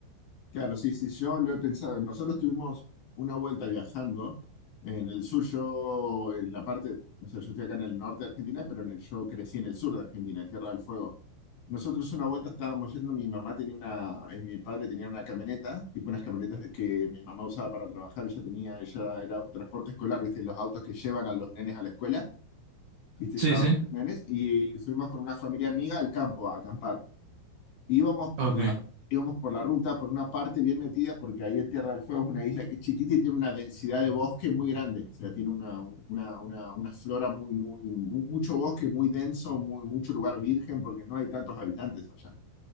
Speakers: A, on the left; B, on the right.
A: Claro, sí, sí, yo lo he pensado. Nosotros tuvimos una vuelta viajando en el sur, yo en la parte, o sea, yo estoy acá en el norte de Argentina, pero en el- yo crecí en el sur de Argentina, en Tierra del Fuego. Nosotros una vuelta estábamos yendo, mi mamá tenía una, y mi padre tenía una camioneta, tipo unas camionetas de que mi mamá usaba para trabajar, ella tenía, ella era un transporte escolar, viste, los autos que llevan a los nenes a la escuela, viste,
B: Sí,
A: llevaba
B: sí.
A: muchos nenes, y fuimos con una familia amiga al campo a acampar íbamos por
B: Ok.
A: la, íbamos por la ruta, por una parte bien metida, porque ahí en Tierra del Fuego es una isla que es chiquita y tiene una densidad de bosque muy grande. O sea, tiene una, una, una, una flora muy, muy, mu- mucho bosque muy denso, muy, mucho lugar virgen, porque no hay tantos habitantes allá.